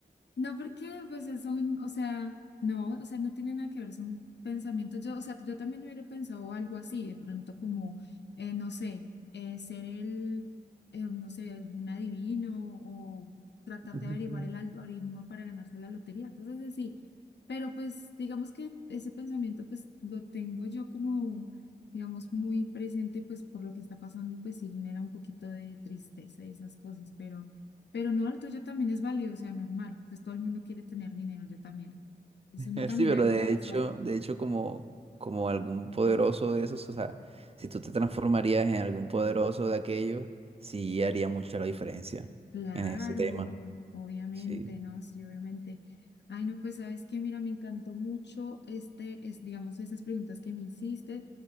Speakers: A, on the left; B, on the right.
A: No, porque pues eso, o sea, no, o sea, no tiene nada que ver, son pensamientos. Yo, o sea, yo también hubiera pensado algo así, de pronto como, eh, no sé, eh, ser el, eh, no sé, algún adivino o tratar
B: <laughs> Ujú.
A: de averiguar el algoritmo para ganarse la lotería, cosas así. Pero pues digamos que ese pensamiento pues lo tengo yo como, digamos, muy presente pues por lo que está pasando y pues sí genera un poquito de tristeza y esas cosas, pero... Pero no, el tuyo también es válido, o sea, normal. Entonces todo el mundo quiere tener dinero, yo también. Entonces
B: Eh,
A: uno también
B: Sí, pero
A: haría
B: de hecho,
A: eso.
B: de hecho como, como algún poderoso de esos, o sea, si tú te transformarías en algún poderoso de aquello, sí haría mucha la diferencia
A: Claro,
B: en ese tema.
A: obviamente,
B: Sí.
A: ¿no? Sí, obviamente. Ay, no, pues sabes que, mira, me encantó mucho este, es, digamos, esas preguntas que me hiciste,